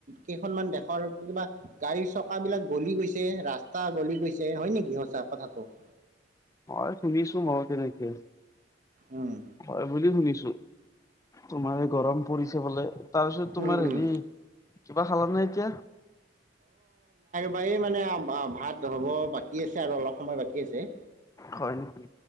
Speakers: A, on the right (about 45°); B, on the left (about 15°).
A: কেইখনমানান দেশৰ আৰু কিবা গাড়ীৰ চক বিলাক গলি গৈছে ৰাস্তা গলি গৈছে হয় নেকি সঁচা কথাটো। <inaudible>
B: হয় শুনিছোঁ মই তেনেকে
A: উম
B: হয় বুলি শুনিছোঁ। তোমাৰ গৰম পৰিছে বোলে। তাৰ পিছত তোমাৰ
A: উম উম
B: হেৰি, কিবা খালা নাই এতিয়া?
A: বাৰ মানে ভাত হ'ব বাকী আছে আৰু অলপ সময় বাকী আছে।
B: হয় নেকি